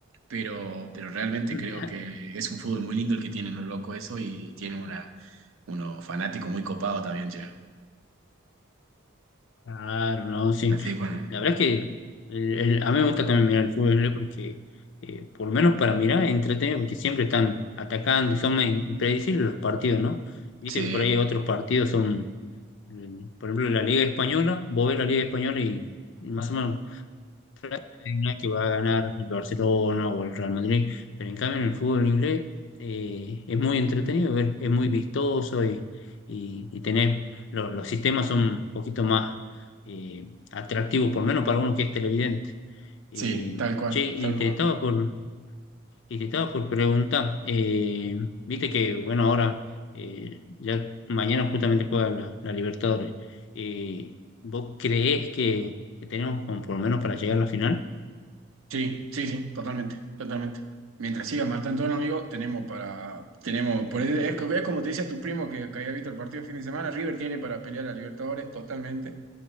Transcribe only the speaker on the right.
pero, pero realmente
creo que es un fútbol muy lindo el que tienen los locos eso y tienen una, unos fanáticos muy copados también, ya.
Así que bueno.
Sí,
sí, tal cual,
tal
cual.
Sí, sí, sí, totalmente, totalmente. Mientras siga matando a un amigo, tenemos para, tenemos, por eso es, es como te decía tu primo que, que había visto el partido el fin de semana, River tiene para pelear a Libertadores totalmente.